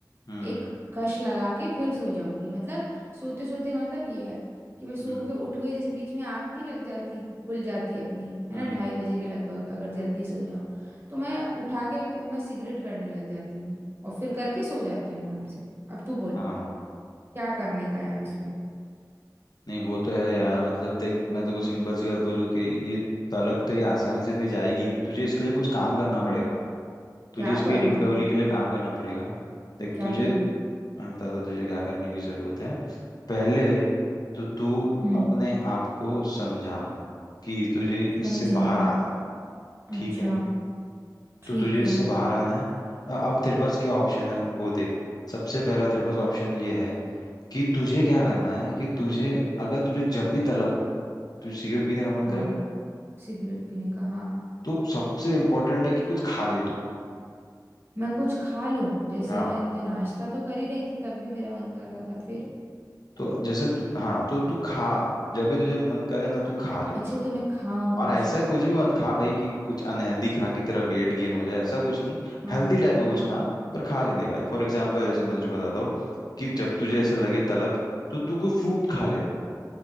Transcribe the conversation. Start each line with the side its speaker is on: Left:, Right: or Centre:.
Left: हम्म
Right: एक कश लगा के फिर सो जाऊंगी मतलब सोते सोते का मतलब ये है कि मैं सो
Left: हम्म
Right: के उठ गई जैसे बीच में आँख नहीं लग जाती खुल जाती है अपनी है
Left: हम्म,
Right: ना ढाई बजे के लगभग अगर जल्दी सो जाओ तो मैं उठा के मैं सिगरेट करने लग जाती हूँ और फिर करके सो जाती हूँ आराम से अब तू बोल
Left: हाँ
Right: क्या करने का है अब इस पे
Left: नहीं वो तो है यार मतलब देख मैं तेको सिंपल सी बात बोलूँ कि ये तलब तेरी आसानी से इतनी जाएगी नहीं तुझे इसके लिए कुछ काम करना
Right: हम्म,
Left: पड़ेगा तुझे
Right: क्या
Left: इसके
Right: करूं
Left: रिकवरी
Right: अभी मैं
Left: के लिए काम करना पड़ेगा देख
Right: क्या
Left: तुझे
Right: करूं
Left: मैं बताता तुझे क्या करने की ज़रूरत है पहले तो तू
Right: हम्म
Left: अपने आप को समझा कि तुझे इससे
Right: समझाऊं
Left: बाहर आना है
Right: अच्छा
Left: ठीक है
Right: ठीक
Left: तो तुझे
Right: है
Left: इससे बाहर आना है अ- अब तेरे पास क्या ऑप्शन है वो देख सबसे पहला तेरे पास ऑप्शन ये है कि तुझे क्या करना है कि तुझे अगर तुझे जब भी तलब हो तुझे सिगरेट पीने का मन करे
Right: हाँ सिगरेट पीने का हाँ
Left: तो सबसे इम्पोर्टेंट है कि कुछ खा ले तू
Right: मैं कुछ खा लूं जैसे
Left: हाँ
Right: मैंने नाश्ता तो कर ही रही थी तब भी मेरा मन कर रहा था फिर
Left: तो जैसे तू हाँ तो तू खा जब भी तुझे मन करे ना तू खा ले
Right: अच्छा तो मैं खाऊं
Left: और
Right: कुछ
Left: ऐसा कुछ भी मत खा भाई कि कुछ अनहेल्दी खा कि तेरा वेट गेन हो जाए ऐसा कुछ नहीं
Right: हाँ
Left: हेल्दी टाइप का
Right: हाँ
Left: कुछ खा पर खा लेने का फॉर एग्जाम्पल जैसे मैं तुझे बताता हूँ कि जब तुझे ऐसा लगे तलब तो तू कोई फ्रूट खा ले